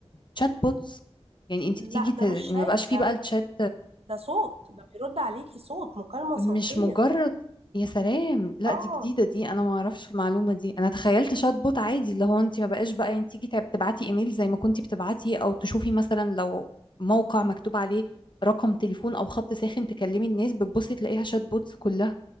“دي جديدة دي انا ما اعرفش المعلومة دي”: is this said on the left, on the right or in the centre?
Left